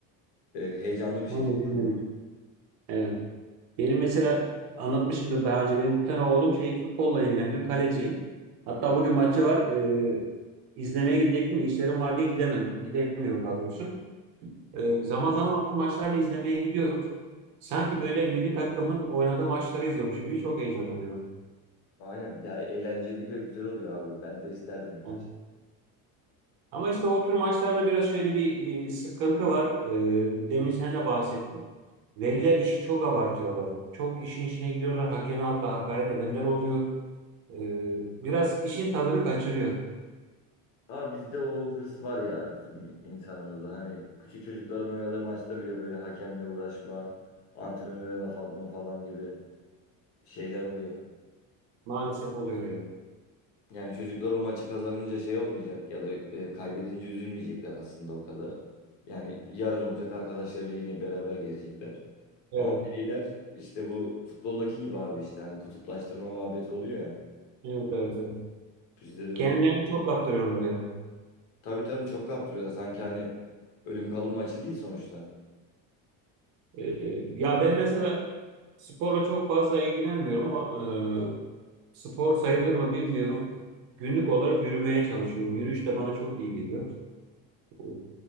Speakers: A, on the left (about 75°); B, on the right (about 80°).
A: e, heyecanlı bir
B: tam
A: şekilde
B: da bilmiyorum.
A: izledik.
B: Evet. Benim mesela anlatmışımdır daha önce. Benim bir tane oğlum şey futbolla ilgileniyor, kaleci. Hatta bugün maçı var. E, izlemeye gidecektim de işlerim var diye gidemedim. Gidemiyorum daha doğrusu. Ee, zaman zaman onun maçlarını izlemeye gidiyorum. Sanki böyle milli takımın oynadığı maçları izliyormuş gibi çok heyecanlanıyorum.
A: Aynen ya, eğlenceli ve güzel oluyor abi. Ben de isterdim yani.
B: Yani- Ama işte o tür maçlarda biraz şöyle bir e, sıkıntı var. Ee, demin sen de bahsettin. Veliler işi çok abartıyorlar. Çok işin içine gidiyorlar. Hakeme hatta hakaret edenler oluyor. Ee, biraz işin tadını kaçırıyor.
A: Ama bizde o hırs var ya bizim insanımızda. Hani küçük çocukların oynadığı maçta bile böyle hakemle uğraşma, antrenöre laf atma falan gibi şeyler oluyor.
B: Maalesef oluyor yani.
A: Yani çocuklar o maçı kazanınca şey olmayacak ya da e, kaybedince üzülmeyecekler aslında o kadar. Yani yarın olacak arkadaşlarıyla yine beraber gezecekler.
B: Evet,
A: Ama veliler işte bu futboldaki gibi abi işte hani kutuplaştırma muhabbeti oluyor ya.
B: evet, evet. evet.
A: Bizde de öyle
B: Kendilerini
A: bir...
B: çok kaptırıyorlar yani.
A: Tabii tabii çok kaptırıyorlar. Sanki hani ölüm kalım maçı değil sonuçta.
B: E, ya ben mesela sporla çok fazla ilgilenmiyorum ama e, spor sayılır mı bilmiyorum. Günlük olarak yürümeye çalışıyorum. Yürüyüş de bana çok iyi geliyor. E,